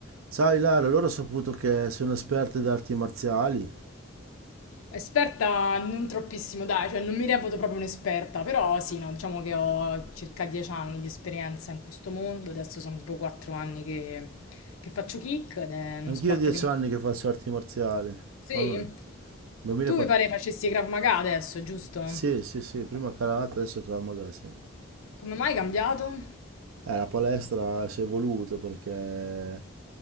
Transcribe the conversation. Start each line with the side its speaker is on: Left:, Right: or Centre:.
Right: Sai Lara, allora ho saputo che sono esperta di arti marziali.
Left: Esperta non troppissimo, dai, cioè non mi reputo proprio un'esperta, però sì, no, diciamo che ho circa 10 anni di esperienza in questo mondo, adesso sono tipo 4 anni che, che faccio kick ed è uno
Right: Anch'io
Left: sport
Right: ho dieci
Left: che... mi-
Right: anni che faccio arti marziali.
Left: Sì,
Right: Mamma mia. 2004...
Left: tu mi pare facessi Krav Maga adesso, giusto?
Right: Sì, sì, sì, prima karate, adesso Krav Maga, sì.
Left: Come mai hai cambiato?
Right: Eh, la palestra si è evoluta perché eh,